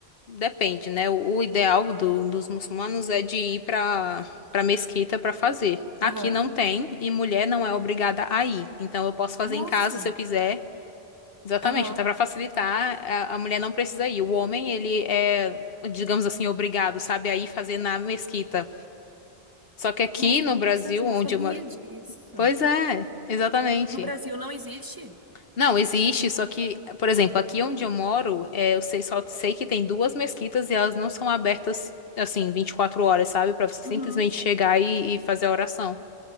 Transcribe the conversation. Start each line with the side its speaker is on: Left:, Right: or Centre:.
Left: depende, né? O, o ideal do- dos muçulmanos é de ir pra para mesquita pra fazer. Aqui
Right: Aham.
Left: não tem e mulher não é obrigada a ir. Então eu posso fazer
Right: Nossa.
Left: em casa se eu quiser. Exatamente,
Right: Aham.
Left: até pra facilitar, a, a mulher não precisa ir. O homem, ele é, digamos assim, obrigado, sabe, a ir fazer na mesquita. Só que aqui
Right: Nossa,
Left: no
Right: que interessante,
Left: Brasil,
Right: não
Left: onde
Right: sabia
Left: eu moro.
Right: disso.
Left: Pois é, exatamente.
Right: No Brasil não existe?
Left: Não, existe, só que, por exemplo, aqui onde eu moro, é, eu sei, só sei que tem duas mesquitas e elas não são abertas, assim, 24 horas, sabe? Pra você simplesmente
Right: Uhum.
Left: chegar e, e fazer a oração.